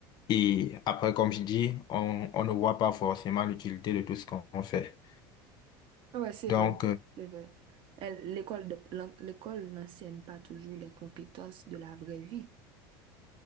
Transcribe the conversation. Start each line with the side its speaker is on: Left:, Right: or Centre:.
Left: Et après, comme je dis, on, on ne voit pas forcément l'utilité de tout ce qu'on fait.
Right: Ouais, c'est
Left: Donc,
Right: vrai,
Left: euh,
Right: c'est vrai. Elle- L'école de- l'en- l'école n'enseigne pas toujours les compétences de la vraie vie.